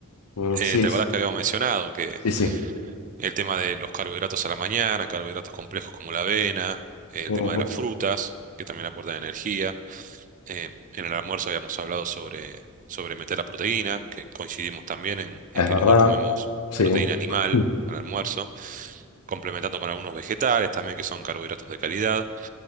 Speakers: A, on the left; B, on the right.
A: Mm,
B: Eh,
A: sí,
B: ¿te acordás
A: sí,
B: que habíamos mencionado que
A: sí.
B: el tema de los carbohidratos a la mañana, carbohidratos complejos como la avena, eh, el
A: Ujú,
B: tema de las frutas, que también aportan energía? Eh, en el almuerzo habíamos hablado sobre, sobre meter la proteína, que coincidimos también en, en
A: Es
B: que
A: verdad.
B: los dos comemos
A: Sí.
B: proteína animal
A: Mm.
B: al almuerzo, complementando con algunos vegetales también que son carbohidratos de calidad.